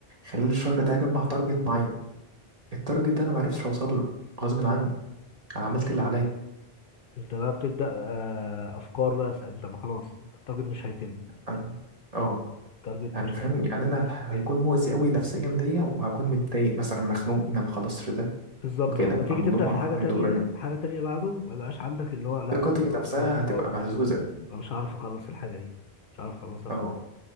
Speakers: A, on the right; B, on the left.
A: خلال الشهر ده اجمع تارجت معين التارجت ده انا ما عرفتش اوصل له غصب عني انا عملت اللي عليا
B: انت بقى بتبدا آه افكار بقى انت ما خلاص انت التارجت مش هيتم
A: أم- اه
B: التارجت
A: يعني
B: مش
A: فاهم
B: هيفرق
A: يعني انا هيكون مؤذي قوي نفسيا ليا وهكون متضايق مثلا مخنوق ان انا ما خلصتش ده
B: بالظبط
A: وكده
B: ولما تيجي
A: فالموضوع
B: تبدأ في حاجة تانية
A: هيضرني
B: حاجة تانية بعده ما يبقاش عندك اللي هو لا
A: ثقتي
B: أنا
A: نفسها
B: أنا خلاص
A: هتبقى
B: أه
A: مهزوزه
B: أنا مش هعرف أخلص الحاجة دي مش هعرف أخلصها
A: اه
B: في ده.